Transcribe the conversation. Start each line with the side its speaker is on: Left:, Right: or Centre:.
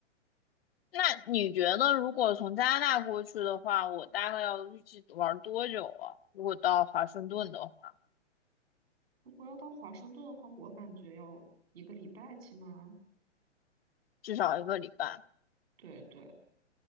Left: 那你觉得，如果从加拿大过去的话，我大概要预计玩多久啊？如果到华盛顿的话，
Right: 如果要到华盛顿的话，我感觉要一个礼拜起码。
Left: 至少一个礼拜
Right: 对对，